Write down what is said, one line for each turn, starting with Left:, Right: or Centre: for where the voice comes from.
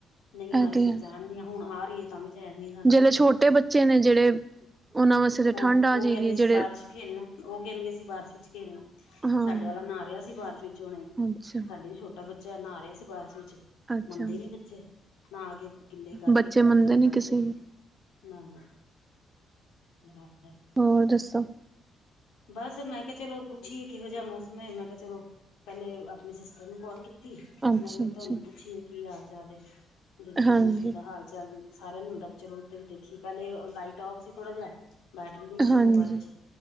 Left: ਨਹੀਂ ਆ
Right: ਇਹ
Left: ਰਹੀ
Right: ਤੇ
Left: ਸੀ
Right: ਹੈ
Left: ਚਣਨੀ ਹਾਂ ਹੁਣ ਆ ਰਹੀਏ ਤਾਂ ਵੀ ਜਾਨੀ
Right: ਜਿਹੜੇ ਛੋਟੇ ਬੱਚੇ ਨੇ ਜਿਹੜੇ। ਉਹਨਾਂ ਵਾਸਤੇ ਤਾਂ
Left: ਉਹ
Right: ਠੰਡ ਆ
Left: ਉਹ
Right: ਜਾਏਗੀ
Left: ਕਹਿਣਗੇ ਅਸੀਂ
Right: ਜਿਹੜੇ
Left: ਬਾਰਿਸ਼ ਖੇਡਣਾ ਉਹ ਕਹਿਣਗੇ, ਅਸੀਂ ਬਾਰਿਸ਼ ਵਿੱਚ ਖੇਡਣਾ।
Right: ਹਾਂ
Left: ਸਾਡੇ ਆਾ ਨਾ ਰਿਹਾ ਸੀ ਬਾਰਿਸ਼ ਵਿੱਚ ਹੁਣੇ
Right: ਅੱਛਾ,
Left: ਸਾਡੇ ਵੀ ਛੋਟਾ ਬੱਚਾ ਨਾ ਰਿਹਾ ਸੀ ਬਾਰਿਸ਼ ਵਿੱਚ
Right: ਅੱਛਾ
Left: ਮੰਨਦੇ ਨੀ ਬੱਚੇ ਨਾ ਆ ਕੇ ਗਿੱਲੇ ਕਰਕੇ
Right: ਬੱਚੇ
Left: ਕੱਪੜੇ
Right: ਮੰਨਦੇ
Left: ਦੇ ਤੇ
Right: ਨੀ
Left: ਬੈਠੇ
Right: ਕਿਸੇ
Left: ਨੇ
Right: ਦੀ
Left: ਨਾ ਨਾ। ਹੋਰ ਆਪ ਹੈ।
Right: ਹੋਰ ਦੱਸੋ।
Left: ਬਸ ਮੈਂ ਕਿਹਾ ਚਲੋ, ਪੁੱਛੀਏ ਕਿਹੋ ਜਿਹਾ ਮੌਸਮ ਹੈ ਮੈਂ ਕਿਹਾ ਚਲੋ। ਪਹਿਲੇ ਆਪਣੇ ਸਿਸਟਰ ਨੂੰ ਕਾਲ ਕੀਤੀ।
Right: ਅੱਛਾ,
Left: ਮੈਂ ਕਿਹਾ
Right: ਅੱਛਾ
Left: ਤੁਹਾਨੂੰ ਪੁੱਛੀਏ ਕੀ ਹਾਲ ਚਾਲ, ਦੇਖੀਏ
Right: ਹਾਂਜੀ,
Left: ਮੌਸਮ ਦਾ ਹਾਲ ਚੱਲ ਸਾਰਿਆਂ ਨੂੰ ਹੁੰਦਾ ਚਲੋ, ਧਰ ਵੀ ਦੇਖੀ ਪਹਿਲੇ ਲਾਈਟ ਆਫ ਸੀ ਥੋੜਾ ਜਿਹਾ। ਬੈਟਰੀ ਵੀ ਸੀ,
Right: ਹਾਂਜੀ,
Left: ਮੋਬਾਇਲ ਚ